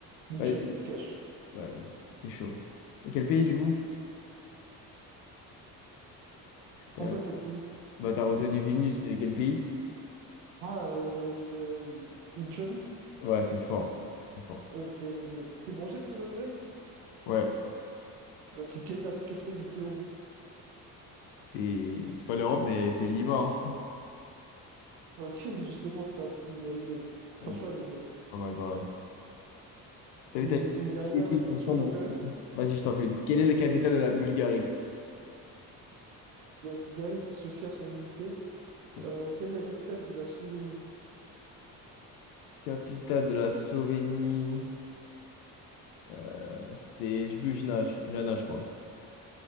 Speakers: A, on the right (about 70°); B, on the left (about 55°).
A: Lituanie,
B: Ouais, j'ai-
A: cash.
B: ouais, c'est chaud. Et quel pays, du coup? Parce que
A: Comme ça,
B: T'as
A: quel pays?
B: bah, t'as retenu Vilnius, mais quel pays?
A: Ah, euh, je- euh, Lituanie?
B: Ouais, c'est fort. C'est très fort.
A: Ok, elle est belle. T'es branché Prison Break?
B: Ouais,
A: Ok, quelle est la capitale du Pérou?
B: c'est c'est pas l'Europe, mais c'est Lima. hein.
A: Ok, <laughs> justement, c'était un petit. Elle est belle.
B: Ouais,
A: Franchement,
B: ok.
A: elle est belle.
B: pas mal, pas mal. T'as
A: Et
B: vu, t'as
A: une dernière,
B: qui est dans le
A: je
B: centre
A: peux t'en faire
B: de-
A: une?
B: Vas-y, je t'en fais une. Quelle est la capitale de la Bulgarie?
A: La Bulgarie, c'est Sofia sans hésiter.
B: C'est
A: Euh, quelle est la capitale de la Slovénie?
B: capitale de la Slovénie. Euh, c'est Jbujna, Jana, je crois.